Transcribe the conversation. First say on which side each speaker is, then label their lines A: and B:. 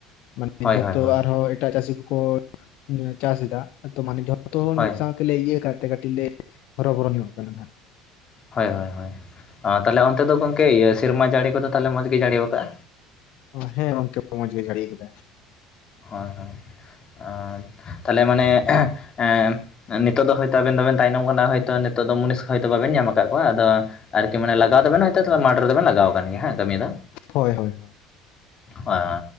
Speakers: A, on the left; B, on the left.
A: ᱢᱟᱱᱮ
B: ᱦᱳᱭ
A: ᱡᱚᱛᱚ
B: ᱦᱳᱭ ᱦᱳᱭ
A: ᱟᱨᱦᱚᱸ ᱮᱴᱟᱜ ᱪᱟᱹᱥᱤ ᱠᱚ ᱠᱚ ᱪᱟᱥ ᱮᱫᱟ ᱛᱚ ᱢᱟᱱᱮ ᱡᱷᱚᱛᱚ ᱦᱚᱲ
B: ᱦᱳᱭ
A: ᱢᱤᱫ ᱥᱟᱶ ᱛᱮᱞᱮ ᱤᱭᱟᱹ ᱥᱠᱟᱫ ᱛᱮ ᱠᱟᱹᱴᱤᱡ ᱞᱮ ᱦᱚᱨᱚᱵᱚᱨᱚ ᱧᱚᱜ ᱟᱠᱟᱱᱟ ᱱᱟᱦᱟᱜ
B: ᱦᱳᱭ ᱦᱳᱭ ᱦᱳᱭ ᱛᱟᱦᱚᱞᱮ ᱚᱱᱛᱮ ᱫᱚ ᱜᱚᱢᱠᱮ ᱥᱮᱨᱢᱟ ᱡᱟᱹᱲᱤ ᱠᱚᱫᱚ ᱛᱟᱦᱚᱞᱮ ᱢᱚᱡᱽ ᱜᱮ ᱡᱟᱹᱲᱤᱭᱟᱠᱟᱫᱼᱟ
A: ᱦᱮᱸ ᱜᱚᱝᱠᱮ ᱢᱚᱸᱡᱽ ᱜᱮ ᱡᱟᱹᱲᱤ ᱟᱠᱟᱫᱟᱭ
B: ᱦᱳᱭ ᱦᱳᱭ ᱟᱨ ᱛᱟᱦᱞᱮ ᱢᱟᱱᱮ ᱮᱸ ᱱᱤᱛᱚᱜ ᱫᱚ ᱦᱚᱭᱛᱚ ᱟᱵᱮᱱ ᱫᱚᱵᱮᱱ ᱛᱟᱭᱱᱚᱢ ᱠᱟᱱᱟ ᱦᱳᱭᱛᱚ ᱱᱤᱛᱚᱜ ᱫᱚ ᱢᱩᱱᱤᱥ ᱦᱚᱭᱛᱚ ᱵᱟᱵᱮᱱ ᱧᱟᱢ ᱟᱠᱟᱜ ᱠᱚᱣᱟ ᱟᱫᱚᱼᱼ ᱟᱨᱠᱤ ᱢᱟᱱᱮ ᱞᱟᱜᱟᱣ ᱫᱚ ᱵᱮᱱ ᱦᱚᱭᱛᱚ ᱢᱟᱴᱷ ᱨᱮᱵᱮᱱ ᱞᱟᱜᱟᱣ ᱠᱟᱱ ᱜᱮᱭᱟ ᱦᱮᱸ ᱠᱟᱹᱢᱤ ᱫᱚ᱾
A: ᱦᱚᱭ ᱦᱚᱭ᱾
B: ᱦᱳᱭ